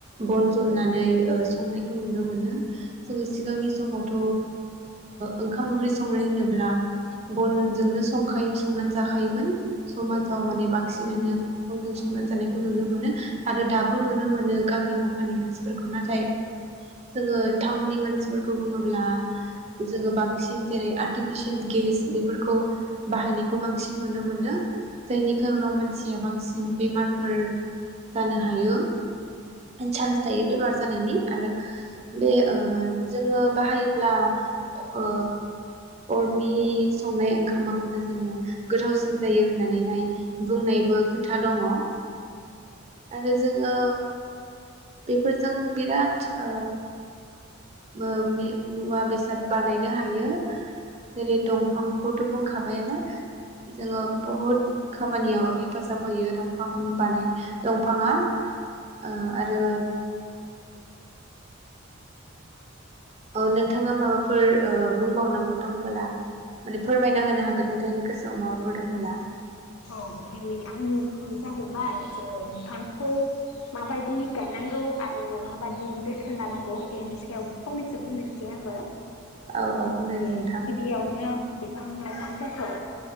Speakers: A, on the right; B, on the left.
A: बन जन्नानै संनायखौ नुनो मोनो जोङो सिगांनि समावथ' ओंखाम ओंख्रि संनाय होनोब्ला बनजोंनो संखायो संनानै जाखायोमोन समाजाव माने बांसिनानो बंजों संनानै जानायखौ नुनो मोनो आरो दाबो नुनो मोनो गामि गफानि मानसिफोरखौ नाथाय जोङो टाउननि मानसिफोरखौ बुङोब्ला जोङो बांसिन जेरै आर्टिफिसियेल गेस बेफोरखौ बाहायनायखौ बांसिन नुनो मोनो जायनि खार'नाव मानसिया बांसिन बेमार फोर जानो हायो चान्स थायो बेमार जानायनि आरो बे ओ जोङो बाहायोब्ला ओ अरनि संनाय ओंखामाखौनो जोङो गोथावसिन जायो होननानैहाय बुंनायबो खोथा दङ। आरो जोङो बेफोरजों बिराद ओ ओ मुवा बेसाद बानायनो हायो जेरै दंफांखौथ' बुंखाबायानो जोङो। बहुद खामानियाव हेफाजाब होयो दंफां बानाय दंफाङा ओ आरो ओ नोंथाङा माबाफोर ओ बुंबावनांगौ दंबोला माने फोरमायना होनो हागोन नोंथांनि गोसोआव माबाफोर दंबोला
B: औ बे आंनि जाहैबाय जों बिफांखौ माबायदि गायनांगौ आरो माबायदि जोथोन लानांगौ बेनि सायाव फंनैसो बुंनोसै आंबो
A: औ औ बुंदो दे
B: ए
A: नोंथां
B: गिबियावनो बिफां होननाय खन्थाखौ